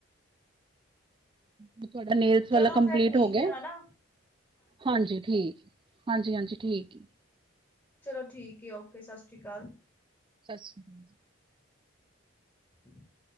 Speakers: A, on the right; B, on the left.
A: ਤੁਹਾਡਾ ਨੇਲਸ
B: ਚਲੋ
A: ਵਾਲਾ ਕੰਪਲੀਟ
B: ਫਿਰ ਠੀਕ
A: ਹੋ ਗਿਆ?
B: ਹੈ ਹਨਾ
A: ਹਾਂਜੀ। ਠੀਕ, ਹਾਂਜੀ ਹਾਂਜੀ ਠੀਕ ਏ।
B: ਚਲੋ ਠੀਕ ਏ, ਓਕੇ ਸਤਿ ਸ਼੍ਰੀ ਅਕਾਲ।
A: ਸਤਿ ਸ੍ਰੀ ਅਕਾਲ ਜੀ।
B: <inaudible>